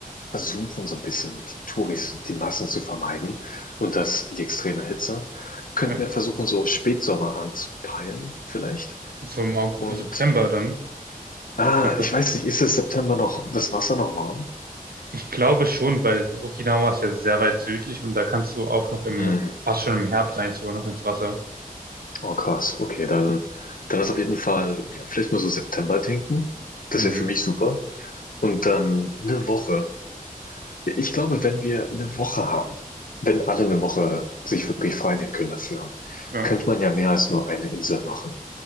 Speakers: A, on the left; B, on the right.
A: versuchen, so ein bisschen die Touris, die Massen zu vermeiden und das, die extreme Hitze. Könnten
B: ja.
A: wir versuchen, so Spätsommer anzupeilen, vielleicht.
B: So im Augu-
A: Und,
B: September dann.
A: ah,
B: September.
A: ich weiß nicht, ist es September noch, das Wasser noch warm?
B: Ich glaube schon, weil Okinawa ist ja sehr weit südlich und da kannst du auch noch im,
A: Hm.
B: fast schon im Herbst eigentlich sogar noch ins Wasser.
A: Oh, krass. Okay, dann, dann ist auf jeden Fall, ja, vielleicht mal so September denken. Das
B: Mhm.
A: wäre für mich super. Und dann eine Woche. Ich glaube, wenn wir eine Woche haben, wenn alle eine Woche sich wirklich frei nehmen können dafür,
B: Ja.
A: könnte man ja mehr als nur eine Insel machen.